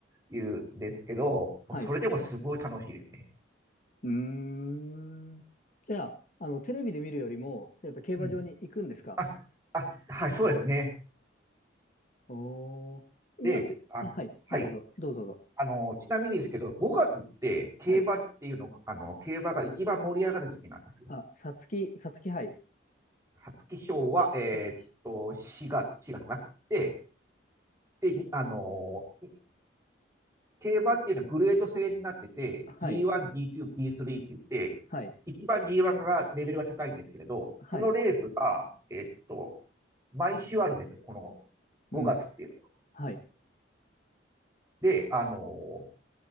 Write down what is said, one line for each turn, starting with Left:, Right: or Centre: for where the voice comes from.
Right: 言うんですけど、もうそれでもすごい楽しいですね。
Left: い。うーん。じゃあ、あの、テレビで見るよりも、それやっぱ競馬場に行くんですか
Right: うん。あ、あはい、そうですね。
Left: おおー、今って、
Right: で、あ、
Left: あ、はい。
Right: はい。
Left: あ、どうぞ、どうぞ、どうぞ。
Right: あの、ちなみにですけど、5月って競馬っていうの、
Left: はい。
Right: あの、競馬が一番盛り上がる時期なんですよ。
Left: あ、さつき、さつき杯。
Right: 皐月賞は、えーっと、
Left: さつき
Right: 4月、月かな。で、
Left: 4月。
Right: で、にあの、競馬っていうのはグレード制になってて、
Left: はい。
Right: G1、G2、G3 って言って、
Left: はい。
Right: 一番 G1 がレベルが高いんですけれど、
Left: はい。
Right: そのレースが、えっと、毎週あるんですよ、この5月っていうのは。
Left: うん。はい。
Right: で、あの、